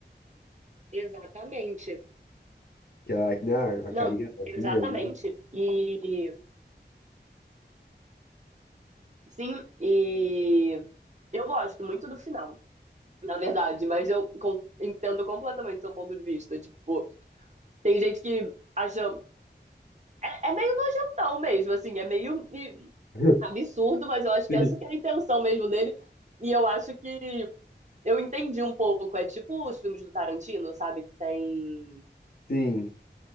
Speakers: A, on the right (about 40°); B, on the left (about 55°).
A: Exatamente.
B: Que a, né, a a
A: Não,
B: carinha novinha
A: exatamente.
B: ali.
A: E sim, e eu gosto muito do final, na verdade, mas eu com- entendo completamente seu ponto de vista. Tipo, tem gente que acha É, é meio nojentão mesmo, assim, é meio e,
B: <laughs>
A: absurdo, mas eu acho
B: Sim.
A: que essa que é a intenção mesmo dele. E eu acho que eu entendi um pouco. É tipo os filmes do Tarantino, sabe? Que tem,
B: Sim,